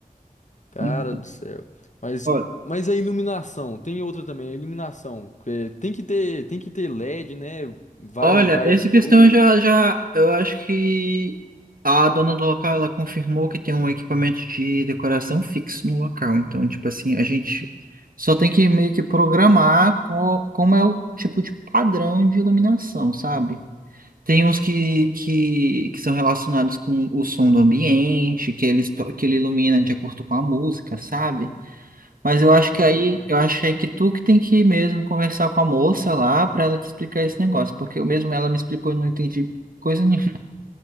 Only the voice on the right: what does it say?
não.
Olha,
olha,
essa
questão já, já, eu acho que a dona do local, ela confirmou que tem um equipamento de decoração fixo no local. Então, tipo assim, a gente só tem que meio que programar co- como é o tipo de padrão de iluminação, sabe? Tem uns que, que, que são relacionados com o som do ambiente, que ele, esto- que ele ilumina de acordo com a música, sabe? Mas eu acho
que aí, eu achei que tu que tem que ir mesmo conversar com a moça lá pra ela te explicar esse negócio, porque eu mesmo ela me explicou e não entendi coisa nenhuma.